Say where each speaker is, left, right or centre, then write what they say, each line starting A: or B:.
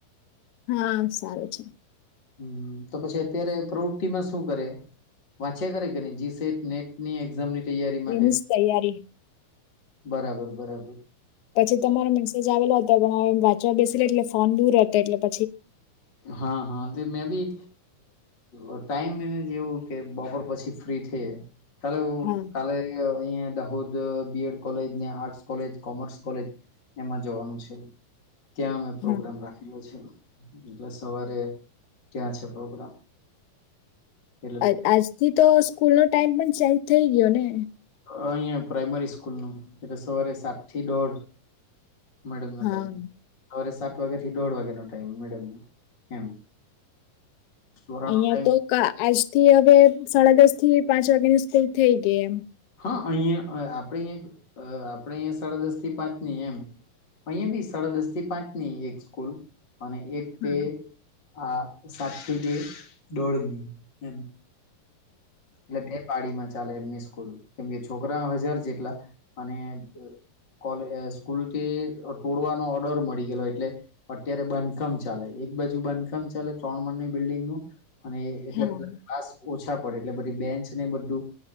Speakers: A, on the left (about 70°); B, on the left (about 30°).
A: હા સારું છે.
B: હું તો પછી અત્યારે પ્રવૃતિ માં શું કરે? વાંચ્યા કરે કેની જીસેટ નેટની એક્ઝામની તૈયારી
A: તેની
B: માટે
A: જ તૈયારી
B: બરાબર બરાબર
A: પછી તમારો મેસેજ આવેલો હતો પણ હવે વાંચવા બેસેલી એટલે ફોન દૂર હતો એટલે પ
B: હા હા તે મેં બી અ ટાઈમ એ જેવું કે બપોર પછી ફ્રી છે, કાલે
A: હા
B: કાલે અહીંયા દાહોદ બીએડ કોલેજ ને આર્ટસ કોલેજ, કોમર્સ કોલેજ એમાં જવાનું છે, ત્યાં અમે પ્રોગ્રામ
A: હા
B: રાખેલો છે. એટલે સવારે ત્યાં છે, પ્રોગ્રામ એટલે
A: આ આજથી તો સ્કૂલનો ટાઈમ પણ ચેન્જ થઈ ગયો ને
B: અહીંયા પ્રાઈમરી સ્કૂલનું એટલે સવારે સાત થી દોઢ મેડમનો
A: હા
B: ટાઈમ હવારે સા વાગ્યા થી દોઢ વાગ્યા નો ટાઈમ મેડમ એમ. સોરા
A: અહિયાં
B: નો ટાઈમ
A: તો આજ થી હવે સાડા દસ થી પાંચ વાગ્યા ની સ્કૂલ થઈ ગઈ એમ
B: હા અહીયાંયા આપણે અહીંયા આપણે અહીંયા સાડા દસ થી પાંચ ની એમ અહીયા બી સાડા દસ થી પાંચ ની એક સ્કૂલ અને એક
A: હા
B: તે આ સાતથી તે દોઢની એમ એટલે બે પાડીમાં ચાલે એમની સ કુલ કેમકે છોકરા હજાર જેટલા અને કોલ એ સ્કૂલથી ટોડવાનો ઓર્ડર મળી ગેલો એટલે અત્યારે બાંધકામ ચાલે એક બાજુ બાંધકામ ચાલે ત્રણ માળની બિલ્ડીંગ નું અને એટલે
A: હા
B: પેલા ક્લાસ ઓછા પડે એટલે બધી બેન્ચ ને બધું